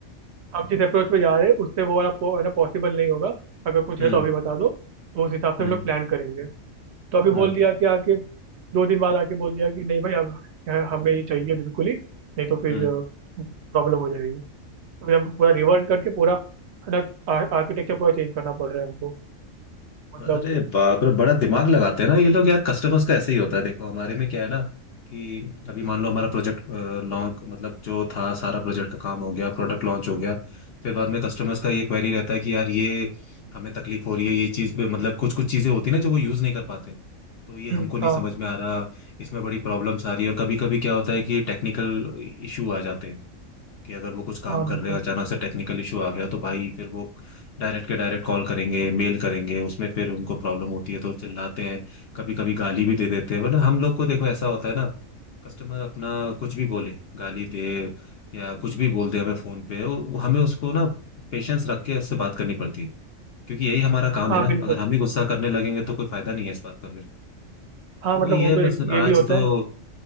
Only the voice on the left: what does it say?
हम्म
हम्म
हम्म
हम्म
अरे बाप रे बड़ा दिमाग लगाते हैं ना ये लोग यार कस्टमर्स का ऐसे ही होता है देखो हमारे में क्या है ना कि अभी मान लो हमारा प्रोजेक्ट लॉन्च मतलब जो था सारा प्रोजेक्ट का काम हो गया प्रोडक्ट लॉन्च हो गया फिर बाद में कस्टमर्स का ये क्वेरी रहता है कि यार ये हमें तकलीफ हो रही है ये चीज पे मतलब कुछ कुछ चीजें होती है ना जो वो यूज नहीं कर पाते तो ये
हमको नहीं
समझ में आ रहा इसमें बड़ी प्रॉब्लम्स आ रही है और कभी कभी क्या होता है कि टेक्निकल इशू आ जाते हैं कि अगर वो कुछ काम
कर
रहे हैं अचानक से टेक्निकल इशू आ गया तो भाई फिर वो डायरेक्ट के डायरेक्ट कॉल करेंगे मेल करेंगे उसमें फिर उनको प्रॉब्लम होती है तो चिल्लाते हैं कभी कभी गाली भी दे देते हैं वरना हम लोग को देखो ऐसा होता है ना कस्टमर अपना कुछ भी बोले गाली दे या कुछ भी बोल दे हमें फोन पे वो- हमें उसको ना पेशेंस रख के उससे बात करनी पड़ती है क्योंकि यही हमारा काम
है ना
अगर हम ही गुस्सा करने लगेंगे तो कोई फायदा नहीं है इस बात का फिर
तो
वही
है
बस
आज
तो